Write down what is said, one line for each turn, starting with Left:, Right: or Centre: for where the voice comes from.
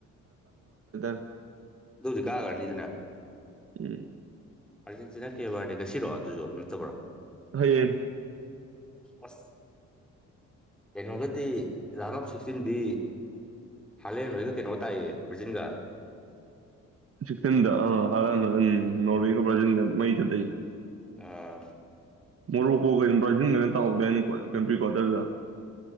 Right: <unintelligible>
Centre: ꯑꯗꯨꯗꯤ ꯀꯥꯈ꯭ꯔꯅꯤꯗꯅ
Right: ꯎꯝ
Centre: ꯑꯥꯔꯖꯦꯟꯇꯤꯅꯥ ꯀꯦꯕꯥꯔꯗꯤ ꯉꯁꯤꯔꯣꯑꯣ ꯑꯗꯨꯁꯨ ꯅꯠꯇꯕ꯭ꯔꯥ
Right: ꯍꯌꯦꯡ
Centre: ꯑꯁ ꯀꯩꯅꯣꯒꯗꯤ ꯔꯧꯟꯗ ꯑꯣꯐ ꯁꯤꯛꯇꯤꯟꯗꯤ ꯍꯂꯦꯟꯒ ꯀꯩꯅꯣ ꯇꯥꯏꯌꯦ ꯕ꯭ꯔꯖꯤꯟꯒ
Right: ꯁꯤꯗ ꯑ ꯍꯥꯔ ꯎꯝ ꯅꯣ ꯀ꯭ꯔ ꯃꯩ ꯆ <unintelligible>
Centre: ꯑꯥ
Right: ꯃꯣꯔꯣꯛ ꯀꯣꯛ ꯀ ꯄ꯭ꯔꯥꯏꯟ ꯀꯔꯤ ꯇꯧꯍꯧꯗꯅꯤ ꯀꯟꯇ꯭ꯔꯤ ꯀ꯭ꯋꯥꯇꯔꯗ